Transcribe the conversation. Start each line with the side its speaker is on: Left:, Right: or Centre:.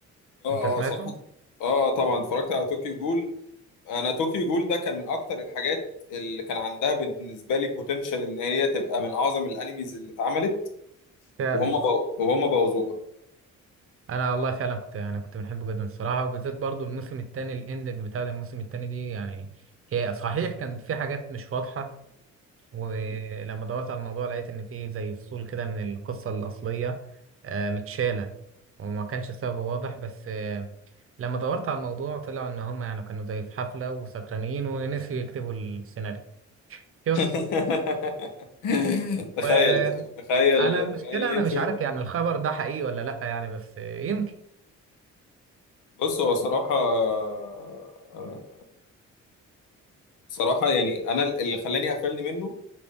Left: اه
Right: أنت سمعته؟
Left: اه صراحة اه طبعا اتفرجت على طوكيو جول انا طوكيو جول ده كان من اكتر الحاجات اللي كان عندها بالنسبة لي بوتنشال ان هي تبقى من اعظم الانميز اللي اتعملت
Right: فعلا
Left: وهم بو... وهم بوظوها
Right: انا والله فعلا كنت يعني كنت بنحبه جدا الصراحه وبالذات برضو الموسم الثاني الاندنج بتاع الموسم الثاني دي يعني هي صحيح كان في حاجات مش واضحه ولما دورت على الموضوع لقيت ان في زي فصول كده من القصه الاصليه آه، متشاله وما كانش السبب واضح بس آه، لما دورت على الموضوع طلع ان هم يعني كانوا زي في حفله وسكرانين ونسيوا يكتبوا السيناريو شوف
Left: <laughs> تخيل
Right: وانا
Left: تخيل
Right: المشكله
Left: تخيل
Right: انا
Left: ينسوا
Right: مش عارف يعني الخبر ده حقيقي ولا لا يعني بس آه، يمكن
Left: بص هو صراحة آه، صراحة يعني أنا اللي خلاني قفلني منه